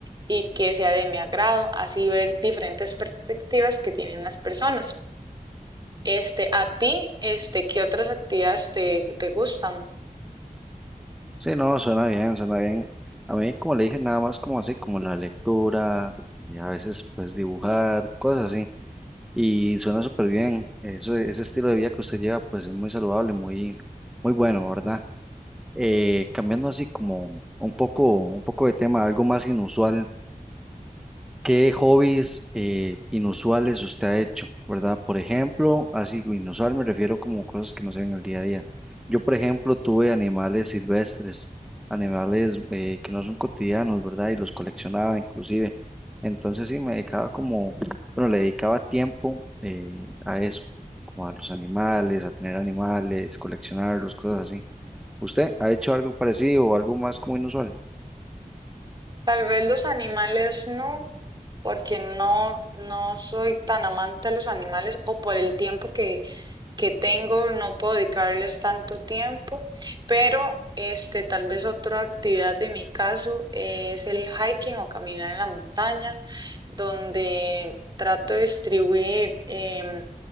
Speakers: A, on the right; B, in the centre.
A: y que sea de mi agrado, así ver diferentes perspectivas que tienen las personas. Este, ¿a ti, este, qué otras actividades te, te gustan?
B: Sí, no, suena bien, suena bien. A mí, como le dije, nada más como así, como la lectura, y a veces pues dibujar, cosas así, y suena súper bien. Eso, ese estilo de vida que usted lleva, pues es muy saludable, muy, muy bueno, ¿verdad? Eh, cambiando así como un poco, un poco de tema, algo más inusual. ¿Qué hobbies eh, inusuales usted ha hecho, verdad? Por ejemplo, así inusual me refiero como cosas que no se ven en el día a día. Yo, por ejemplo, tuve animales silvestres, animales eh, que no son cotidianos, ¿verdad? Y los coleccionaba inclusive. Entonces sí, me dedicaba como, bueno, le dedicaba tiempo eh, a eso, como a los animales, a tener animales, coleccionarlos, cosas así. ¿Usted ha hecho algo parecido o algo más como inusual?
A: Tal vez los animales no, porque no, no soy tan amante de los animales o por el tiempo que, que tengo no puedo dedicarles tanto tiempo, pero este, tal vez otra actividad en mi caso es el hiking o caminar en la montaña, donde trato de distribuir em,